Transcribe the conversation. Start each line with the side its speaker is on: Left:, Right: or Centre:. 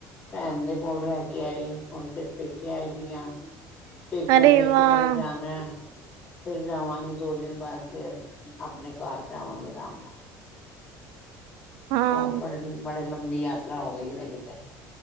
Left: ਭੈਣ ਦੇ ਕੋਲ ਰਹਿ ਕੇ ਆਈ ਹੁਣ ਫਿਰ ਪੇਕੇ ਆਈ ਦੀ ਆਂ- ਪੇਕਿਓ
Right: ਅਰੇ
Left: ਫੇਰ
Right: ਵਾਹ!
Left: ਕਿਧਰੇ ਜਾਣਾ- ਫਿਰ ਜਾਵਾਗੀ ਦੋ ਦਿਨ ਬਾਅਦ ਫੇਰ ਆਪਣੇ ਘਰ ਜਾ ਆਵਾਗੇ ਰਾਮ ਨਾਲ-
Right: ਹਾਂ,
Left: ਬ ਬੜੇ ਬੜੇ ਲੰਬੀ ਯਾਤਰਾ ਹੋ ਗਈ ਮੇਰੀ ਤੇ-